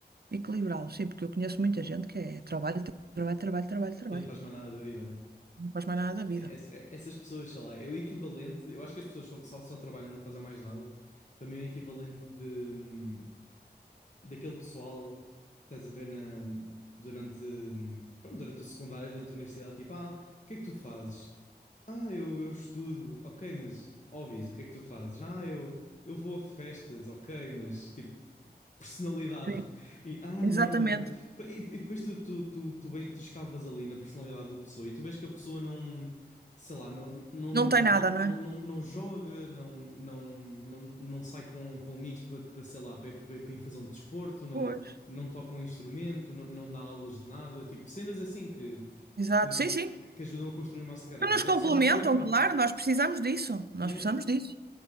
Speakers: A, on the right; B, on the left.
A: equilibrá-lo, sim, porque eu conheço muita gente que é trabalho, tra- trabalho, trabalho, trabalho, trabalho.
B: E não faz mais nada da vida, né?
A: Não faz mais nada da vida.
B: É, ess- é- essas pessoas, sei lá, é o equivalente. Eu acho que as pessoas só, só, só trabalham e não fazem mais nada. Para mim é o equivalente de. hum, daquele pessoal, estás a ver na, durante, hum, pronto, durante o secundário, durante a universidade, tipo, ah, o que é que tu fazes? Ah, eu, eu estudo, ok, mas óbvio, o que é que tu fazes? Ah, eu, eu vou a festas, ok, mas tipo, personalidade.
A: Sim.
B: E ah,
A: Exatamente.
B: não. eu- E, e depois tu, tu, tu, tu, vem- tu escavas ali na personalidade da pessoa e tu vês que a pessoa não, sei lá, não, não,
A: Não
B: não
A: tem
B: joga,
A: nada, não
B: não,
A: é?
B: não, não joga, não, não, não, não sai com, com amigos para, para, sei lá, para, para, para ir fazer um desporto, não,
A: Pois.
B: não toca um instrumento, não, não dá aulas de nada, tipo cenas assim que,
A: Exato.
B: que,
A: Sim, sim.
B: que que ajudam a construir o nosso caráter.
A: Que nos
B: A pessoa
A: complementam,
B: não faz nada.
A: claro, nós precisamos disso. Nós
B: Yeah?
A: precisamos disso.